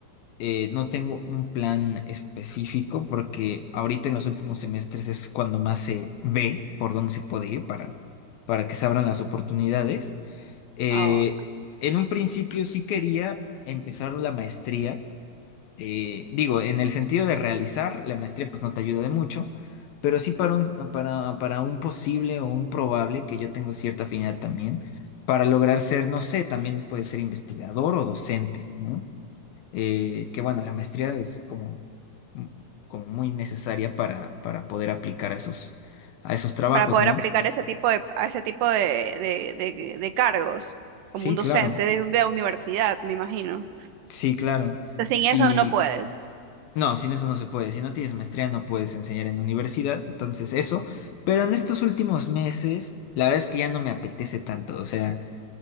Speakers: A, on the left; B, on the right.
A: eh, no tengo un plan específico porque ahorita en los últimos semestres es cuando más se ve por dónde se puede ir para, para que se abran las oportunidades. Eh,
B: ah,
A: en un principio sí quería empezar la maestría. eh, digo, en el sentido de realizar, la maestría pues no te ayuda de mucho, pero sí para un, para, para un posible o un probable, que yo tengo cierta afinidad también, para lograr ser, no sé, también puede ser investigador o docente, ¿no? eh, que bueno, la maestría es como, mm, como muy necesaria para, para poder aplicar a esos, a esos trabajos,
B: para poder
A: ¿no?
B: aplicar ese tipo de, a ese tipo de, de, de de cargos, como
A: Sí,
B: un docente
A: claro,
B: de, de universidad, me imagino.
A: sí, claro.
B: Entonces, sin eso
A: Y
B: no puedes.
A: no, sin eso no se puede. Si no tienes maestría no puedes enseñar en universidad, entonces eso. Pero en estos últimos meses, la verdad es que ya no me apetece tanto. O sea,